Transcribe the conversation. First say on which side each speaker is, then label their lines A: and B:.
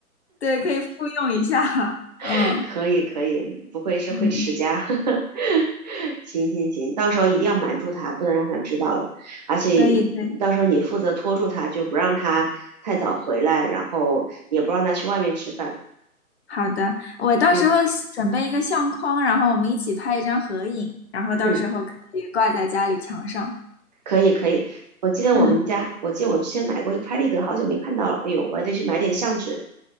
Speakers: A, on the left (about 45°); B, on the right (about 30°).
A: 对，可以复用一下。<laughs>
B: <laughs>
A: 嗯
B: 可以可以，不愧是会持家。
A: 嗯，
B: <laughs> 行行行，到时候一定要瞒住他，不能让他知道了。而且
A: 可以可以。
B: 到时候你负责拖住他，就不让他太早回来，然后也不让他去外面吃饭。
A: 好的，我到时候喜准备一个相框，
B: 嗯
A: 然后我们一起拍一张合影，然后到时候可以挂在家里墙上。
B: 嗯。可以可以，我记得我们家，
A: 嗯
B: 我记得我之前买过一个拍立得，好久没看到了。哎呦，我还得去买点相纸。